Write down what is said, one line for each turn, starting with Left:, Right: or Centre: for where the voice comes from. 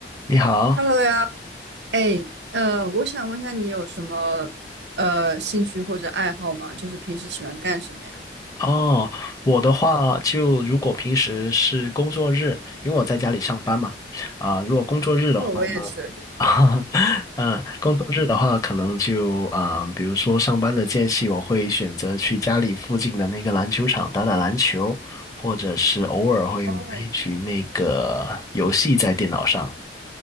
Left: 你好，
Right: Hello 呀，哎，呃，我想问一下，你有什么呃兴趣或者爱好吗？就是平时喜欢干什么呀？
Left: 哦，我的话就如果平时是工作日，因为我在家里上班嘛，啊、如果工作日的话，
Right: 哦，我也是。
Left: <laughs> 嗯、工作日的话，可能就啊、比如说上班的间隙，我会选择去家里附近的那个篮球场打打篮球，或者是偶尔会玩一局那个游戏在电脑上。
Right: 哦，